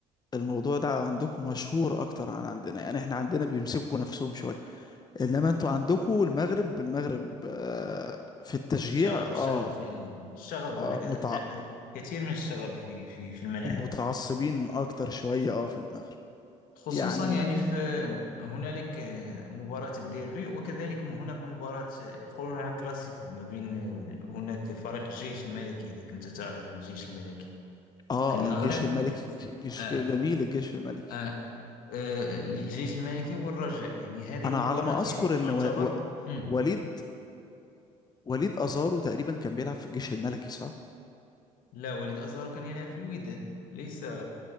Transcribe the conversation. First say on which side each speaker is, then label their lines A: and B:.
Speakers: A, on the left (about 25°); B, on the left (about 70°).
A: الموضوع ده عندكم مشهور اكتر عن عندنا يعني احنا عندنا بيمسكوا نفسهم شوية انما انتوا عندكم المغرب المغرب آه في التشجيع
B: الشغب
A: اه,
B: الشغب في ال- الشغب هناك
A: آه متع...
B: لا- كثير من الشغب في في في الملاعب
A: متعصبين اكتر شوية اه في المغرب
B: خصوصا
A: يعني
B: يعني في هنالك مباراة الديربي وكذلك هناك مباراة يقولونها كلاسيكو ما بين هناك فريق الجيش الملكي إذا كنت تعرف الجيش الملكي
A: اه,
B: في آه. المغرب
A: آه جيش الملكي جيش
B: آه
A: جميل الجيش الملكي
B: آه آه الجيش الملكي والرجاء يعني هذه
A: انا
B: المباراة
A: على ما اذكر
B: يعني تعتبر
A: ان و... و...
B: مم.
A: وليد وليد ازارو تقريبا كان بيلعب في الجيش الملكي صح
B: لا وليد أزارو كان يلعب في الوداد ليس